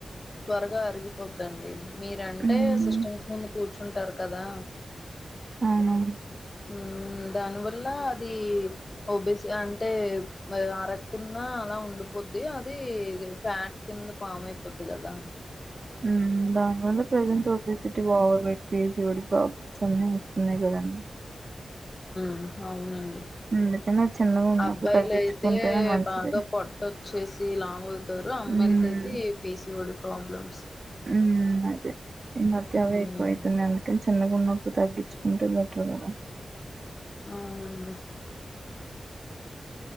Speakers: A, on the left; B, on the right.
A: త్వరగా అరిగిపోద్దండి. మీరంటే
B: ఉమ్
A: సిస్టమ్స్ ముందు కూర్ కూర్చుంటారు కదా
B: అవునా
A: మ్ దానివల్ల అది ఓబీసీ అంటే మ్ ఆర కున్నా అలా ఉండిపోద్ది అది ఫ్యాట్ కింద పామ్ అయిపోద్ది కదా
B: మ్ దానివల్ల present obesity overweight PCOD problems అన్ని అవుతున్నాయ్ కదండీ
A: మ్ అవునం
B: అందుకనే చిన్నగా ఉన్నప్పుడు
A: అబ్బాలైతే
B: తగ్గించుకుంటేనే మంచిది
A: బాగా పొట్టోచ్చేసి లావవ్ తరు అమ్మాయిలకైతే
B: ఉమ్
A: ఈ పీసీఒడి ప్రాబ్లమ్స్
B: మ్ అదే ఈ మధ్య
A: మ్మ్
B: అవే ఎక్కువ అవుతున్నాయి అందుకని చిన్నగునప్ ప్పుడు తగ్గించుకుంటే బెటర్ కదా
A: అవునండి